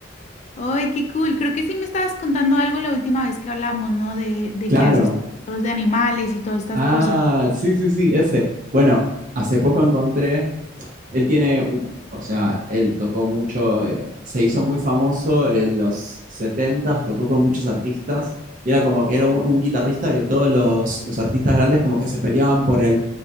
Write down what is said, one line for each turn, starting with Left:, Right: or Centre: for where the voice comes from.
Left: Ay, qué cool. Creo que sí me estabas contando algo la última vez que hablamos, ¿no? De, de
Right: Claro.
Left: que haces fotos de animales y todas estas
Right: Ah,
Left: cosas.
Right: sí, sí, sí, ese. Bueno, hace poco encontré él tiene, o sea, él tocó mucho, eh, se hizo muy famoso en los 70 tocó con muchos artistas, y era como que era un, un guitarrista que todos los, los artistas grandes como que se peleaban por él.